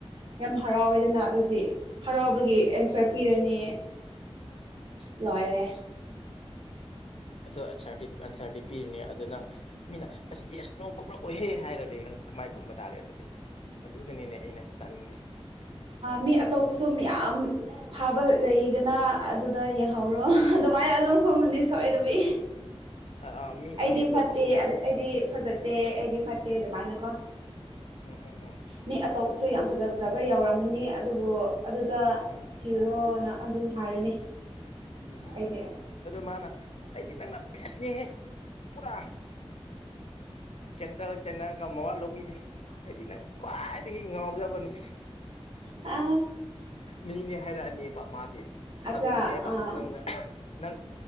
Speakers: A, on the right (about 55°); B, on the left (about 70°).
A: ꯌꯥꯝ ꯍꯔꯥꯎꯋꯦꯗꯅ ꯑꯗꯨꯗꯤ ꯍꯔꯥꯎꯕꯒꯤ ꯑꯦꯟꯁꯔ ꯄꯤꯔꯅꯤ ꯂꯣꯏꯔꯦ
B: ꯑꯗꯨꯗꯤ ꯑꯟꯁꯔꯗꯤ ꯄꯤꯔꯤꯅꯦ ꯑꯗꯨ ꯅꯪ ꯃꯤꯅ ꯑꯁꯤ ꯌꯦꯁ ꯅꯣ ꯀꯨꯞꯂꯛꯑꯣꯍꯦ ꯍꯥꯏꯔꯗꯤ ꯅꯪ ꯀꯃꯥꯏ ꯈꯨꯝꯕ ꯇꯥꯔꯦ ꯑꯗꯨꯗꯤ ꯑꯗꯨꯗꯅꯦ ꯑꯩꯅ ꯉꯥꯏꯍꯥꯛ ꯇꯥꯅꯤꯡꯕꯁꯦ
A: ꯃꯤ ꯑꯇꯣꯞꯄꯁꯨ ꯃꯌꯥꯝ ꯐꯥꯕ ꯂꯩꯗꯅ ꯑꯗꯨꯗ ꯌꯦꯡꯍꯧꯔꯣ ꯑꯗꯨꯃꯥꯏꯅ ꯑꯗꯨꯝ ꯈꯣꯝꯃꯥꯅꯤ ꯁꯣꯏ ꯑꯗꯨꯕꯤ
B: ꯑꯥ ꯑꯥ ꯃꯤ
A: ꯑꯩꯗꯤ
B: ꯃꯤ ꯑꯇꯣꯞꯄꯁꯨ
A: ꯐꯠꯇꯦ
B: ꯃꯌꯥꯝ
A: ꯑꯩꯗꯤ ꯐꯖꯇꯦ ꯑꯩꯗꯤ ꯐꯠꯇꯦ ꯑꯗꯨꯃꯥꯏꯅ ꯀꯣ
B: ꯎꯝ ꯍꯝ
A: ꯃꯤ ꯑꯇꯣꯞꯄꯁꯨ ꯌꯥꯝ ꯐꯖ ꯐꯖꯕ ꯌꯧꯔꯝꯅꯤ ꯑꯗꯨꯕꯨ ꯑꯗꯨꯗ
B: ꯎꯝ
A: ꯊꯤꯔꯣꯅ ꯑꯗꯨꯝ ꯍꯥꯏꯔꯅꯤ
B: ꯎꯝ ꯎꯝ
A: ꯑꯩꯗꯤ
B: ꯎꯝ ꯑꯗꯨ ꯃꯥꯅ ꯑꯩꯗꯤ ꯅꯪꯅ ꯕꯦꯁꯅꯦꯍꯦ ꯄꯨꯔꯥ ꯆꯦꯟꯅꯔ ꯆꯟꯅꯔꯒ ꯃꯋꯥ ꯂꯧꯕꯤꯗꯦ ꯑꯩꯗꯤ ꯅꯪ ꯈ꯭ꯋꯥꯏꯗꯒꯤ ꯉꯥꯎꯖꯕꯅꯤ
A: ꯑ
B: ꯃꯤꯅꯦ ꯍꯥꯏꯔꯛ ꯑꯅꯦꯕ ꯃꯥꯗꯤ
A: ꯑꯠꯆꯥ
B: ꯑꯗꯨꯗꯅꯦꯕ
A: ꯑꯥ
B: ꯅꯪꯅ ꯅꯪ